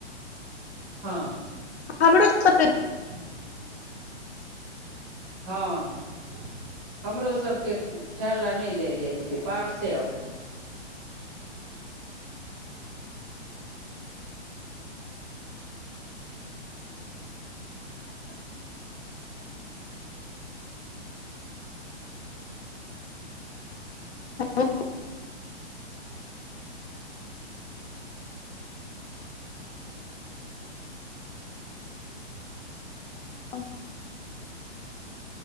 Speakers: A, on the right (about 15°); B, on the left (about 65°).
A: हँ
B: हमरो सबके रे
A: <inaudible> हँ हमरो सबके खाए लए नहि जाइ-जाइ छियै, पारसे अबै छै।
B: <unintelligible> <unintelligible>